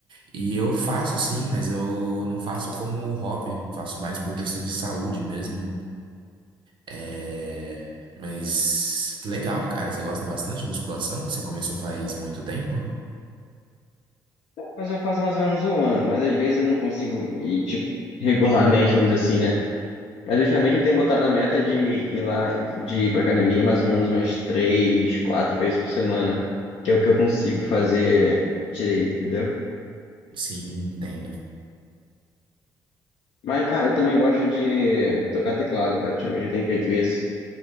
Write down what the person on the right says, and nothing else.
E eu faço sim, mas eu não faço como hobby, faço mais por questões de saúde mesmo. É... Mas que legal, cara, você gosta bastante de musculação? Você começou faz muito tempo?
Sim, entendo.